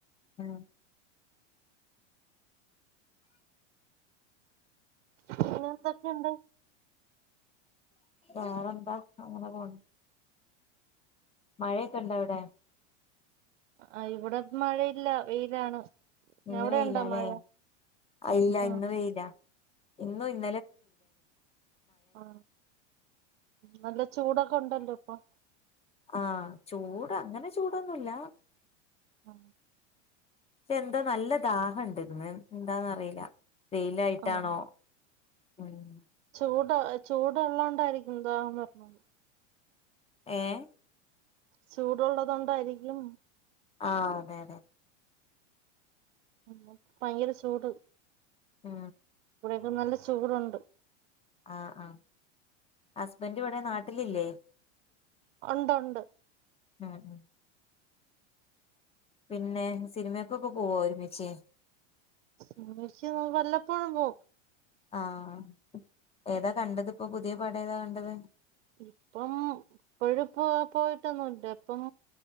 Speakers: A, on the left; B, on the right.
A: ആ.
B: പിന്നെ എന്തൊക്ക്യോണ്ട്?
A: വേറെ എന്താ അങ്ങനെ പോണ്. മഴക്കെ ണ്ടോ അവ്ടെ?
B: ആ ഇവിടെ മഴയില്ല വെയിലാണ്.
A: ഇന്ന്
B: അവിടെ
A: വെയിലാല്ലേ
B: ഇണ്ടോ മഴ
A: ഇല്ല
B: ആഹ്.
A: ഇന്ന് വെയിലാ ഇന്നും ഇൻ
B: ആ നല്ല ചൂടൊക്കെ ഉണ്ടല്ലോ പ്പം.
A: ആഹ ചൂട് അങ്ങനെ ചൂടൊന്നുല്ല.
B: ആ.
A: പി എന്താ നല്ല ദാഹ ണ്ട് ന്ന് എന്താന്നറിയില വെയിലായ്ട്ടാണോ
B: ആഹ്
A: ഉം..
B: ചൂട് ചൂടുള്ളോണ്ടായിരിക്കും ദാഹം വര്ണത്.
A: ഏ.?
B: ചൂടുള്ളോതോണ്ട് ത്തയിരിക്കും
A: ആ അതെ അതെ.
B: മ് ഭയങ്കര ചൂട്.
A: മ്
B: ഇവിടെനല്ല ചൂടുണ്ട്.
A: ആ ആഹ ഹസ്ബന്റ് വടെ നാട്ടിലില്ലേ?
B: ഒണ്ട് ഒണ്ട്.
A: ആഹ് പിന്നെ സിനിമക്കൊക്കെ പോവോ ഒരുമിച്ച്?
B: സിനിമയ്ക് വല്ലപ്പോഴും പോവു.
A: ആഹ ഏതാ കണ്ടത് ഇപ്പോ പുത്യേ പടം ഏതാ കണ്ടത്?
B: ഇപ്പം ഇപ്പഴുംപ്പോ പോയിട്ടൊന്നും ല്ല ഇപ്പം